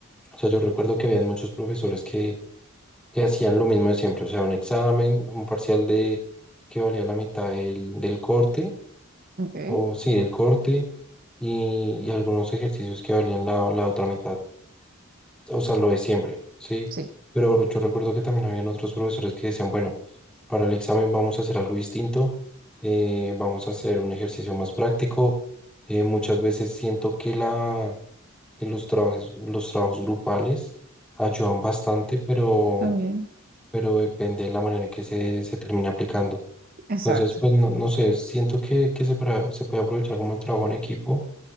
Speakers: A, in the centre; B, on the right.
A: O sea, yo recuerdo que habían muchos profesores que, que hacían lo mismo de siempre, o sea, un examen, un parcial de que valía la mitad del, del corte,
B: Ok,
A: o sí, del corte, y, y algunos ejercicios que valían la, la otra mitad. o sea, lo de siempre, ¿sí?
B: sí,
A: Pero yo recuerdo que también habían otros profesores que decían, bueno, para el examen vamos a hacer algo distinto, eh, vamos a hacer un ejercicio más práctico. Eh, muchas veces siento que, la, que los trabajos, los trabajos grupales ayudan bastante, pero,
B: También.
A: pero depende de la manera en que se, se termina aplicando.
B: exacto.
A: Entonces, pues no, no sé, siento que, que se, pra- se puede aprovechar como el trabajo en equipo